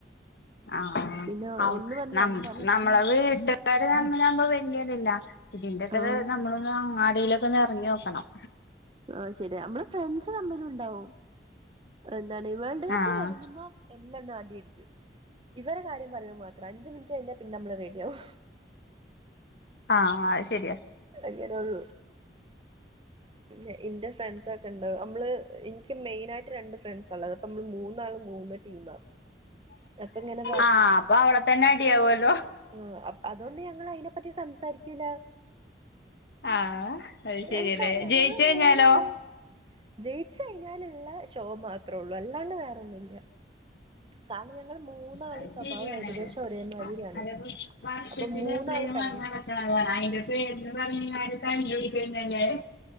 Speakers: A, on the left (about 65°); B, on the right (about 30°).
A: ആ
B: പിന്നെ
A: നം
B: ഒന്ന് പറഞ്ഞ്
A: നം
B: രണ്ടാമത്തെ
A: നമ്മളെ വീട്ടുകാര് ന <unintelligible> വല്യതില്ല ഇതിന്റെക്കെത്
B: ആ
A: നമ്മളൊന്നു അങ്ങാടിയിലൊക്കെ ഒന്ന് എറങ്ങിയോക്കണം
B: ആ ശരി നമ്മള് ഫ്രണ്ട്സ് തമ്മിലും ഉണ്ടാവും ന്താണ് വേൾഡ് കപ്പ്
A: ആഹ്
B: തുടങ്ങുമ്പോ എല്ലാ <unintelligible> ഇവരെ കാര്യം പറയാൻ മാ ത്രം അഞ്ചു മിനിറ്റ് കഴിഞ്ഞാ പിന്നെ നമ്മള് റെഡിയാവൂ
A: ആ അത് ശരിയാ
B: അങ്ങനെ ഒരു പിന്നെ എന്റെ ഫ്രണ്ട്സൊക്കെ ഉണ്ടാവും നമ്മള് എനിക്ക് മെയിൻ ആയിട്ട് രണ്ട് ഫ്രണ്ട്സാ ഉള്ളത് അപ്പ നമ്മള് മൂന്നാളും മൂന്ന് ടീമാ അപ്പൊ ഇങ്ങനെ
A: ആഹ് അപ്പൊ അവിടെ തന്നെ അടിയാവൊല്ലോ
B: ആ അ അതുകൊണ്ട് ഞങ്ങൾ അതിനെപ്പറ്റി സംസാരിക്കൂല
A: ആഹ് അത് ശരിയല്ലേ
B: ഞങ്ങക്കറിയാ
A: ജയിച്ച്
B: ഞങ്ങള്
A: കഴിഞ്ഞാലോ
B: മൂന്നാള് ജയിച്ചു കഴിഞ്ഞാലുള്ള ഷോ മാത്രേ ഉള്ളു അല്ലാണ്ട് വേറൊന്നുല്ല കാരണം ഞങ്ങൾ മൂന്നാളേം
A: അത്
B: ഈ സ്വഭാവം
A: ശരിയാണ്
B: ഏകദേശം ഒരേമാതിരിയാണ്
A: അല്ലപ്പോ വർഷത്തില്
B: അപ്പൊ മൂന്നാള് പെ
A: <unintelligible> അയിന്റെ പേരില് പറഞ്ഞു കഴിഞ്ഞാല് തണ്ട് പിടിക്കുന്നല്ലേ